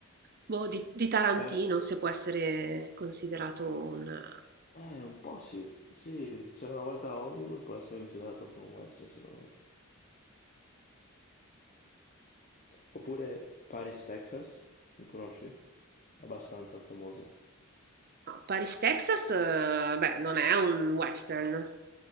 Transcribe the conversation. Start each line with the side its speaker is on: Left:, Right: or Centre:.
Right: boh, di, di Tarantino,
Left: Eh,
Right: se può essere considerato un...
Left: eh, un po' sì. Sì, c'era una volta a Hollywood, può essere considerato un po' un western, secondo me. Oppure Paris, Texas, mi conosci? Abbastanza famoso.
Right: Ma Paris, Texas, eh, beh, non è un western.